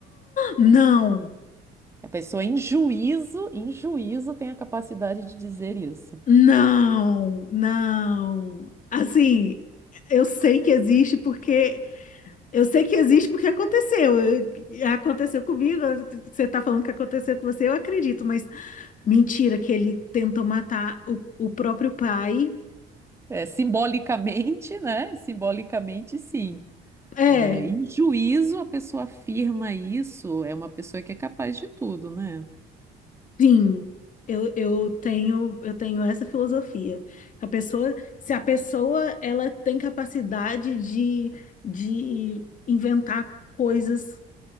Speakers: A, on the left (about 50°); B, on the right (about 15°).
A: não,
B: A pessoa em juízo, em juízo tem a capacidade de dizer isso.
A: não, não. Assim, eu sei que existe porque eu sei que existe porque aconteceu. Eu- Aconteceu comigo, você tá falando que aconteceu com você, eu acredito, mas mentira que ele tentou matar o, o próprio pai.
B: É, simbolicamente, né? Simbolicamente, sim.
A: É.
B: É, em juízo, a pessoa afirma isso, é uma pessoa que é capaz de tudo, né?
A: Sim, eu, eu tenho eu tenho essa filosofia. Que A pessoa, se a pessoa ela tem capacidade de, de inventar coisas